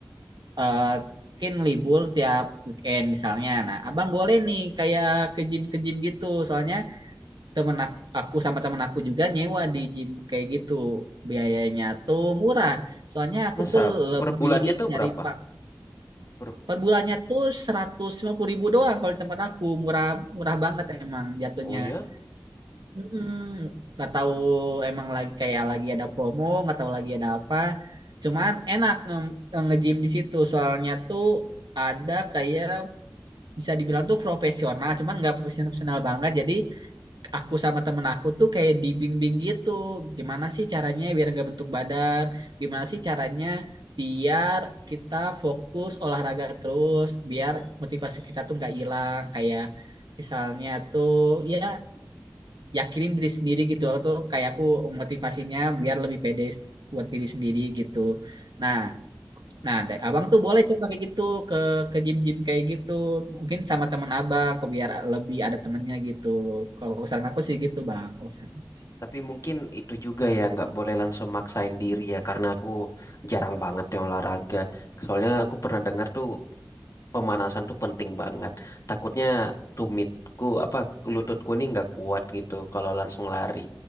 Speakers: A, on the right; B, on the left.
A: eh, mungkin libur tiap weekend misalnya. Nah, abang boleh nih kayak ke gym ke gym gitu. Soalnya temen ak- aku, sama temen aku juga nyewa di gym kayak gitu. Biayanya tuh murah. Soalnya aku
B: Masa
A: tuh lebih
B: per bulannya tuh
A: nyari
B: berapa?
A: pak.
B: Per...
A: Per bulannya tuh 150.000 ribu doang kalau di tempat aku. Murah, murah banget emang jatuhnya.
B: Oh ya?
A: Mm-mm. Nggak tahu emang lagi kayak lagi ada promo, nggak tahu lagi ada apa. Cuman enak nge- nge-gym di situ. Soalnya tuh ada kayak bisa dibilang tuh profesional, cuman nggak profesional banget. Jadi aku sama temen aku tuh kayak dibimbing gitu. Gimana sih caranya biar nggak bentuk badan? Gimana sih caranya biar kita fokus olahraga terus, biar motivasi kita tuh nggak hilang. Kayak misalnya tuh ya yakinin diri sendiri gitu. Aku tuh kayak aku motivasinya biar lebih pede buat diri sendiri gitu. Nah, Nah, da- abang tuh boleh coba kayak gitu ke ke gym-gym kayak gitu. Mungkin sama teman abang, kok biar lebih ada temennya gitu. Kalau saran aku sih gitu, bang. Kalau saran-
B: Tapi mungkin itu juga ya nggak boleh langsung maksain diri ya karena aku jarang banget ya olahraga. Soalnya aku pernah dengar tuh pemanasan tuh penting banget. Takutnya tumitku apa lututku nih nggak kuat gitu kalau langsung lari.